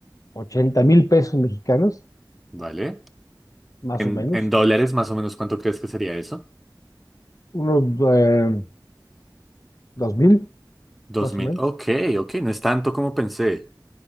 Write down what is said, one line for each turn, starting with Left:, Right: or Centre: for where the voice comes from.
Left: 80 mil pesos mexicanos,
Centre: ¿vale?
Left: Más
Centre: En,
Left: o menos.
Centre: en dólares, más o menos, ¿cuánto crees que sería eso?
Left: Unos eh, dos mil,
Centre: dos
Left: más o
Centre: mil
Left: menos.
Centre: ok, ok, no es tanto como pensé.